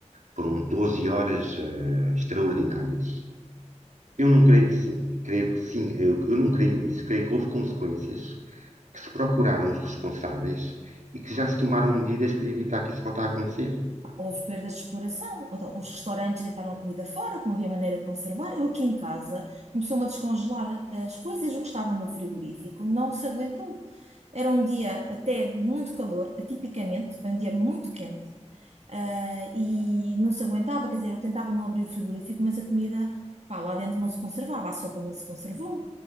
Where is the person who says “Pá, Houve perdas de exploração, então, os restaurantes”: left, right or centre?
Right